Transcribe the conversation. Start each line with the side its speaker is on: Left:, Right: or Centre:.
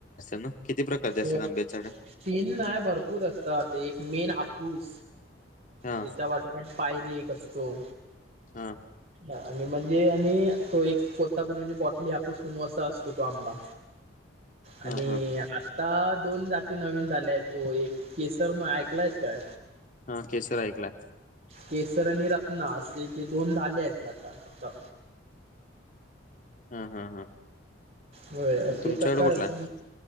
Left: ना किती प्रकारचे असतात
Right: हो
Left: आंब्याचे झाड
Right: तीन नाय भरपूर असत तात, एक मेन हापूस,
Left: हा
Right: त्याच्या वाट <unintelligible> पायरी एक असतो.
Left: हा
Right: आणि म्हणजे आणि तो एक तोतापुरी म्हणजे बॉटली हापुस पण असा त तो आंबा आणि
Left: हा हा
Right: आता दोन जाती नवीन झाल्या आहेत, तो एक केसर म ऐकलायस का?
Left: हा केसर ऐकलाय.
Right: केसर आणि रत्ना असे जे दोन झाले आहेत ना आता
Left: हा हा हा
Right: होय, असे
Left: तुमच्याकडे
Right: प्रकार
Left: कुठला
Right: असतात.
Left: आहे?